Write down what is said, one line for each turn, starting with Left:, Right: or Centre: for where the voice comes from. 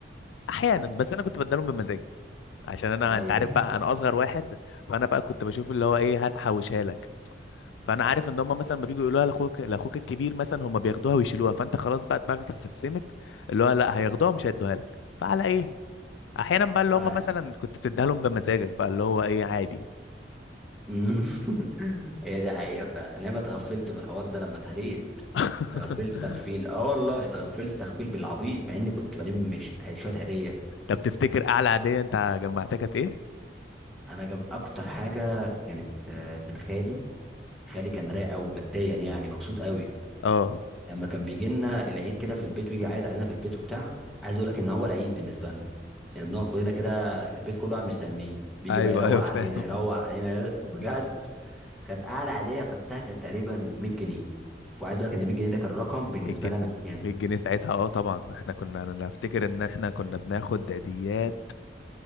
Left: احيانا بس انا كنت بدلهم بمزاج عشان انا
Centre: ايوه
Left: انت عارف بقى انا اصغر واحد فانا بقى كنت بشوف اللي هو ايه هات حوشها لك فانا عارف ان هم مثلا ما بيجوا يقولوها لاخوك لاخوك الكبير مثلا هم بياخدوها ويشيلوها فانت خلاص بقى دماغك استسلمت اللي هو لا هياخدوها مش هيدوها لك فعلى ايه احيانا بقى اللي
Centre: آه.
Left: هم مثلا
Centre: <laughs>
Left: كنت بتديها لهم بمزاجك بقى اللي هو ايه عادي
Centre: أمم. هي دي حقيقة فعلا انا ما اتغفلت بالحوار ده لما اتهريت
Left: <laughs>
Centre: اتغفلت تغفيل اه والله اتغفلت تغفيل بالعبيط مع اني كنت بلم مش شوية هدية
Left: طب تفتكر اعلى عاديه انت جمعتها كانت ايه
Centre: انا جاب اكتر حاجة كانت آه، من خالي خالي كان رايق قوي ماديا يعني مبسوط قوي
Left: اه
Centre: لما كان بيجي لنا العيد كده في البيت ويجي عايد علينا في البيت وبتاع عايز اقول لك ان هو العيد بالنسبه لنا يعني بنقعد كلنا كده البيت كله قاعد مستنيه بيجي
Left: ايوه
Centre: بقى يروق
Left: ايوه
Centre: علينا
Left: فاهم
Centre: يروق علينا <laughs> بجد كانت اعلى عاديه خدتها كانت تقريبا 100 جنيه وعايز اقول لك ان 100 جنيه ده كان رقم بالنسبه
Left: 100 جنيه
Centre: لنا يعني
Left: 100 جنيه ساعتها اه طبعا احنا كنا انا افتكر ان احنا كنا بناخد عيديات